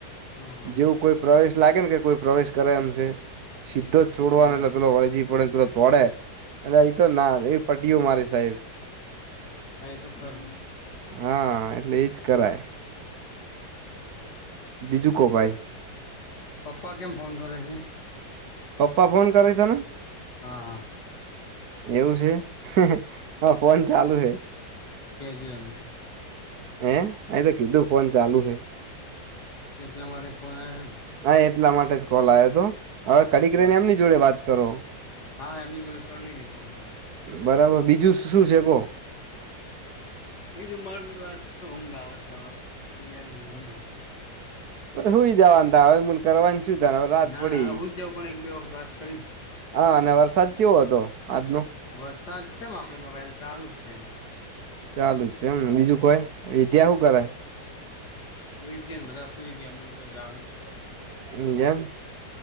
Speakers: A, on the left; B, on the right.
A: હા હા
B: જેવું કોઈ પ્રવેશ લાગે ને કે કોઈ પ્રવેશ કરાય એમ છે સીધો જ છોડવાનું
A: બા
B: એટલે પે વળે જ પડે ને પેલો તોડે એટલે આ તો ના એ પટ્ટીઓ મારે સાહેબ.
A: આઈ તો ખર
B: હા એટલે એજ કરાય. બીજું કો ભાઈ.
A: પપ્પા કેમ ફોન કરે છે?
B: પપ્પા ફોન કરે તને?
A: હા હા.
B: એવું છે હ ફોન ચાલુ છે.
A: કેજુ એમને.
B: એ અ તો કીધું ફોન ચાલુ હે.
A: એકલા માટે જ ફોન આયો હેન.
B: હા એટલા માટે જ કોલ આવ્યો હતો હવે કડીક
A: ને
B: રને
A: બરાબર
B: એમની જોડે વાત કરો.
A: હા એમની જોડે કરલી હીઈ બહુ જ વાર.
B: બરાબર બીજું શું છે કોહ?
A: બીજું મરટવા તો હુંગ આવે શે હવે તૈયારીની હુગની.
B: સુઈ જવાનુ તારે હવ કરવાની છું ત હ રાત
A: ના
B: પડી.
A: ના હું જ જઉં પણ એક બે વખત વાત કરી
B: હા અને વરસાદ કેવો હતો આજનો?
A: વરસાદ છે માપણીમાં વલ ચાલુ જ છે.
B: ચાલુ છે એમને બીજું કોય એ ત્યાં શું કરે?
A: વિધા ને બધા સુઈ ગયા હું એ જાગું છું હવ તો.
B: હ જેમ.